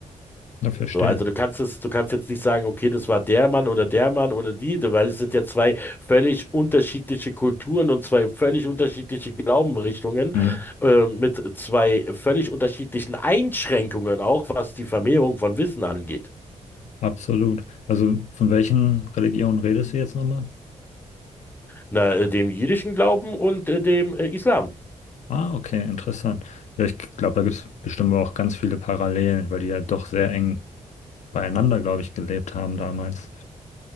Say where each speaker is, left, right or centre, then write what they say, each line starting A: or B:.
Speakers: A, on the left (about 65°); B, on the left (about 15°).
A: Ja, verstehe.
B: So, also du kannst es, du kannst jetzt nicht sagen, okay, das war der Mann oder der Mann oder die, weil es sind ja zwei völlig unterschiedliche Kulturen und zwei völlig unterschiedliche Glaubensrichtungen
A: Mhm.
B: äh, mit zwei völlig unterschiedlichen Einschränkungen auch, was die Vermehrung von Wissen angeht.
A: Absolut. Also von welchen Religionen redest du jetzt nochmal?
B: Na, äh, dem jüdischen Glauben und äh, dem äh, Islam.
A: Ah, okay, interessant. Ja, ich glaube, da gibt es bestimmt auch ganz viele Parallelen, weil die ja doch sehr eng beieinander, glaube ich, gelebt haben damals.